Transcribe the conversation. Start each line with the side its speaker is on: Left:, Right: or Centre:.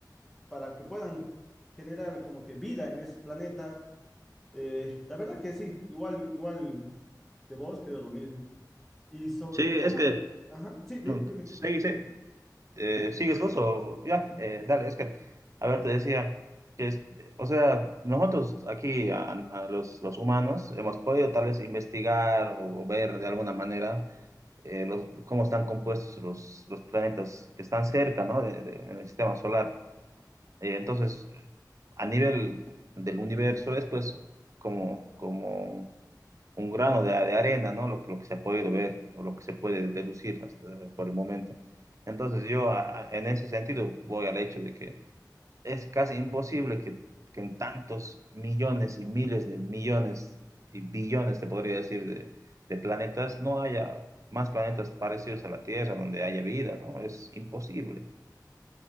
Centre: para que puedan generar como que vida en esos planetas. Eh, la verdad que sí, igual, igual que vos, creo lo mismo. Y sobre
Right: Sí,
Centre: el tema,
Right: es que
Centre: de- ajá, sí, dime,
Right: No,
Centre: dime.
Right: sí, sí, Eh, ¿sigues vos o ya? eh, dale, es que, a ver, te decía que, es- o sea, nosotros aquí, a, a los, los humanos, hemos podido tal vez investigar o, ver de alguna manera eh, los, cómo están compuestos los, los planetas que están cerca, ¿no? de- de- en el sistema solar. Eh, entonces, a nivel del universo es pues como, como un grano de, de arena, ¿no? Lo, lo que se ha podido ver o lo que se puede deducir hasta por el momento. Entonces yo a- a- en ese sentido voy al hecho de que es casi imposible que, que en tantos millones y miles de millones y billones, te podría decir, de, de planetas, no haya más planetas parecidos a la Tierra donde haya vida, ¿no? Es imposible.